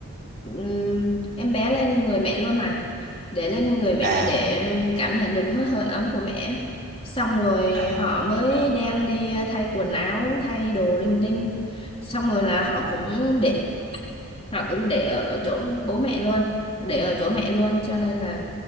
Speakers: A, on the left (about 25°); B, on the right (about 45°).
A: ừm, em bé lên người mẹ luôn mà để lên người mẹ
B: à
A: để cảm nhận được hơi hơi ấm của mẹ xong rồi
B: à
A: họ mới
B: dạ
A: đem đi thay quần áo thay đồ linh tinh xong rồi là họ
B: ô
A: cũng để Thảo cũng để ở chỗ bố mẹ luôn để ở chỗ mẹ luôn cho nên là